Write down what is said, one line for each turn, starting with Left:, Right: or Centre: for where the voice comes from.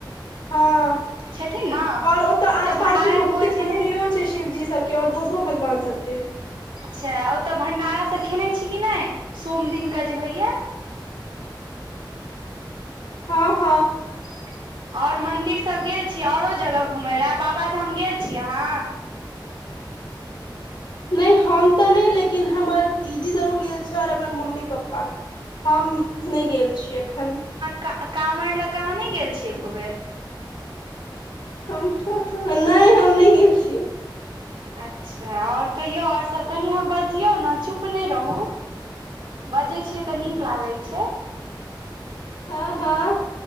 Left: हँ
Right: छथिन ने
Left: और ओतऽ आस पास
Right: भंडारक
Left: भी बहुते
Right: भोज भेलै
Left: मंन्दिरो छै शिवजी सबके ओर दोसरो भगवान सबके
Right: अच्छा ओतय भण्डारासँ खेने छी कि नहि सोम दिनके जे होइया <inaudible>
Left: हँ हँ
Right: <inaudible> ओर मंदिर सब गेल छीियै औरो जगह घुमय लए बाबाधाम गेल छीयै अहाँ आ
Left: नहि हम तऽ नहि लेकिन हमर दीदी जरूर गेल छैल आओर हमर मम्मी पप्पा हम नहि गेल छी एखन
Right: का आ काॅंवर लऽ कऽ अहाँ नहि गेल छीयै एको बेर
Left: नहि हम नहि गेल छियै
Right: अच्छा आओर कहियौ आओर सभ कनि अहाँ बजियौ ने चुप नहि रहू बजै छियै तऽ नीक लागै य छै
Left: हँ हँ